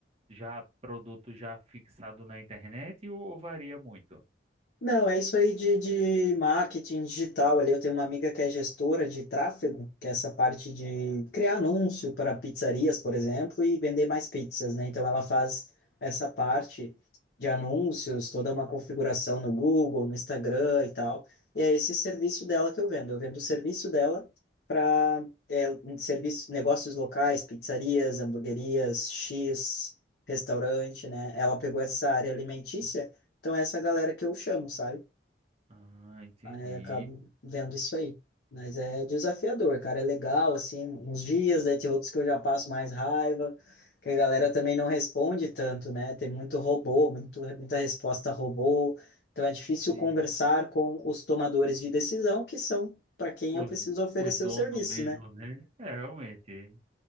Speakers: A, on the right; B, on the left.
A: já, produto já fixado na internet ou, ou varia muito?
B: Não, é isso aí de, de marketing digital ali. Eu tenho uma amiga que é gestora de tráfego, que é essa parte de criar anúncio para pizzarias, por exemplo, e vender mais pizzas, né? Então ela faz essa parte de anúncios, toda uma configuração no Google, no Instagram e tal. E é esse serviço dela que eu vendo. Eu vendo o serviço dela para é, um serviço, negócios locais, pizzarias, hamburguerias, X, restaurante, né? Ela pegou essa área alimentícia então é essa galera que eu chamo, sabe?
A: Ah, entendi.
B: Aí eu acabo vendo isso aí. Mas é desafiador, cara. É legal, assim, uns dias, daí tem outros que eu já passo mais raiva, que a galera também não responde tanto, né? Tem muito robô, muito, muita resposta robô. Então é difícil
A: <laughs>
B: conversar com os tomadores de decisão, que são para quem
A: Os,
B: eu preciso oferecer
A: os donos
B: o serviço,
A: mesmo,
B: né?
A: né? É, realmente.